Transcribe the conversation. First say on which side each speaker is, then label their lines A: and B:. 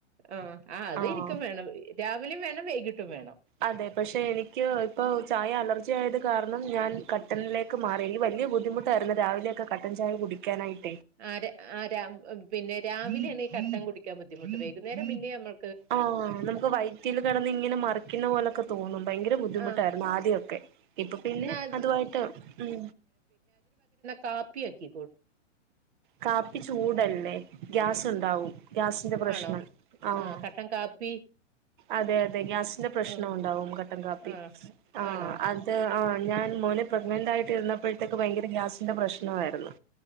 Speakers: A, on the right; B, on the right.
A: ആ ആ അത്
B: ആഹ്
A: എനിക്കും വേണം രാവിലെയും വേണം വൈകിട്ടും വേണം
B: അതെ പക്ഷെ എനിക്ക് ഇപ്പൊ ചായ അലർജി ആയത് കാരണം ഞാൻ കട്ടനിലേക്ക് മാറി എനിക്ക് വ ലിയ ബുദ്ധിമുട്ടായിരുന്നു രാവിലെയൊക്കെ കട്ടൻ ചായ കുടിക്കാനായിട്ട്
A: ആ രാ ആ രാ പിന്നെ രാവിലെയാണ് ഈ കട്ടൻ കുടിക്കാൻ ബുദ്ധിമുട്ട് വൈകുന്നേരം പിന്നെ നമ്മൾ
B: ആഹ് നമുക്ക് വൈറ്റിൽ കിടന്ന് ഇങ്ങനെ മറിക്കുന്ന പോലൊക്കെ തോന്നും ഭയങ്കര ബുദ്ധിമുട്ടായിരുന്നു
A: ആഹ്
B: ആദ്യമൊക്കെ ഇപ്പൊ പിന്നെ
A: എന്നാ
B: അതുമായിട്ട് ഉം
A: കാപ്പിയാക്കി
B: കാപ്പി ചൂടല്ലേ ഗ്യാസ് ഉണ്ടാവും ഗ്യാസിന്റെ പ്രശ്നം
A: ആണോ
B: ആഹ്
A: കട്ടൻ കാപ്പി
B: അതെ അതെ ഗ്യാസിന്റെ പ്രശ്നം
A: ആഹ്
B: ഉണ്ടാവും കട്ടൻ കാപ്പി
A: ആഹ്
B: ആഹ്
A: ആണോ
B: അത് ആഹ് ഞാൻ മോനെ പ്രഗ്നന്റായിട്ട് ഇരുന്നപ്പഴത്തേക്ക് ഭയങ്കര ഗ്യാസിന്റെ പ്രശ്നവാരുന്നു